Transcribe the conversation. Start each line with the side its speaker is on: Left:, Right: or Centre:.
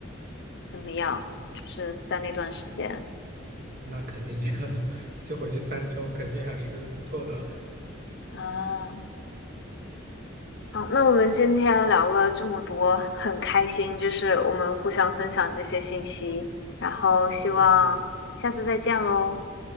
Left: 怎么样？就是在那段时间
Right: 那肯定 <laughs> 就回去三周，肯定还是不错的。
Left: 啊，好，那我们今天聊了这么多，很开心，就是我们互相分享这些信息，然后希望下次再见喽。
Right: 嗯